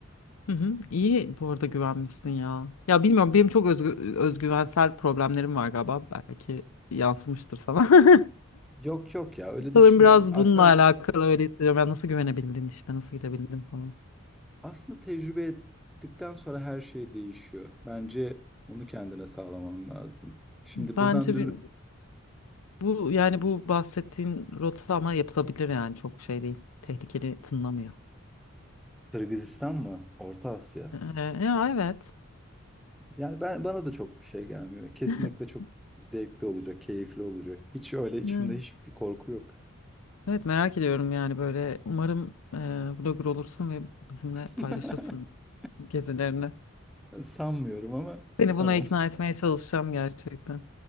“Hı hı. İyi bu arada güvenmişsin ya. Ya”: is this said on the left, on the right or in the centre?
Left